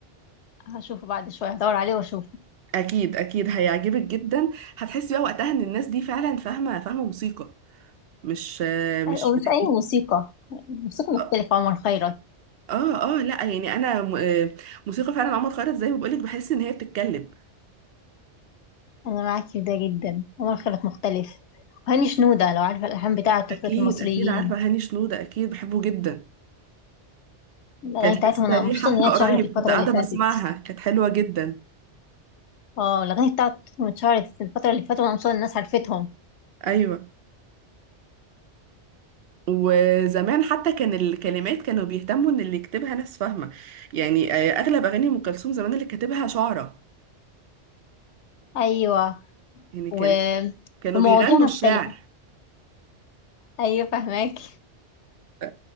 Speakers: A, on the left; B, on the right.
A: هشوفه بعد شوية هدور عليه وأشوفه
B: اكيد اكيد هيعجبك جدا هتحسي بقى وقتها ان الناس دي فعلا فاهمة فاهمة موسيقى مش مش
A: أيوة، ومش
B: بتك...
A: أي موسيقى موسيقى مختلفة
B: اه
A: عمر خيرت
B: اه آه، لا يعني انا م- آه، موسيقى فعلا عمر خيرت زي ما بقولك بحس ان هي بتتكلم
A: أنا معاك في ده جدا عمر خيرت مختلف وهاني شنودة لو عارفة الألحان بتاعة طفلة
B: اكيد
A: المصريين
B: اكيد عارفة هاني شنودة اكيد بحبه جدا
A: الأغاني
B: كانت
A: بتاعتهم
B: لسه
A: أنا
B: ليه
A: مبسوطة
B: حفلة
A: إن هي اتشهرت
B: قريب
A: الفترة
B: كنت قاعدة
A: اللي فاتت
B: بسمعها كانت حلوة جدا
A: اه الأغاني بتاعتهم اتشهرت في الفترة اللي فاتت وأنا مبسوطة إن الناس عرفتهم
B: ايوه وزمان حتى كان الكلمات كانوا بيهتموا ان اللي يكتبها ناس فاهمة يعني آه، اغلب اغاني ام كلثوم زمان اللي كاتبها شعراء
A: أيوة
B: يعني
A: و...
B: كان كانوا
A: ومواضيع
B: بيغنوا الشعر
A: مختلفة أيوة فهماك
B: ف-